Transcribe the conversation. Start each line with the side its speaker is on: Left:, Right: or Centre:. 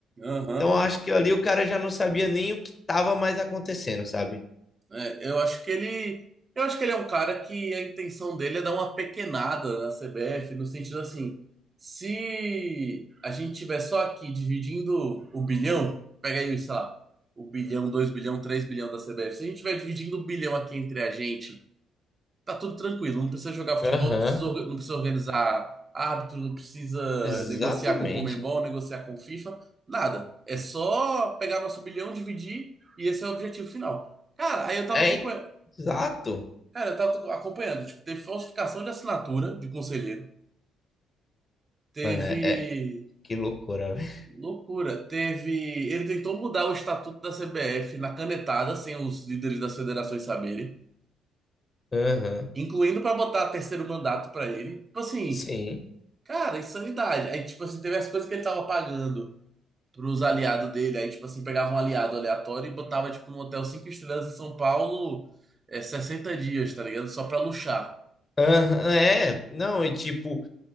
Right: Aham.
Left: Então acho que ali o cara já não sabia nem o que estava mais acontecendo, sabe?
Right: É, eu acho que ele. Eu acho que ele é um cara que a intenção dele é dar uma pequenada na CBF, no sentido assim, se a gente tiver só aqui dividindo o bilhão, pega aí, sei lá, o bilhão, dois bilhão, três bilhão da CBF, se a gente tiver dividindo o bilhão aqui entre a gente tá tudo tranquilo, não precisa jogar futebol,
Left: Aham.
Right: não precisa, orga- não precisa organizar árbitro, não precisa
Left: Exatamente.
Right: negociar com o Conmebol, negociar com o FIFA, nada. É só pegar nosso bilhão, dividir e esse é o objetivo final. Cara, aí eu tava
Left: É,
Right: acompanhando,
Left: hein? exato.
Right: cara, eu tava acompanhando, tipo, teve falsificação de assinatura de conselheiro, teve
Left: Mano, é, é- que loucura, velho.
Right: loucura, teve ele tentou mudar o estatuto da CBF na canetada sem os líderes das federações saberem.
Left: Aham.
Right: Incluindo pra botar terceiro mandato pra ele. Tipo assim,
Left: Sim.
Right: Cara, insanidade. Aí, tipo assim, teve as coisas que ele tava pagando pros aliados dele. Aí, tipo assim, pegava um aliado aleatório e botava, tipo, num hotel cinco estrelas em São Paulo, é, 60 dias, tá ligado? Só pra luxar.
Left: Aham, é, não, e tipo,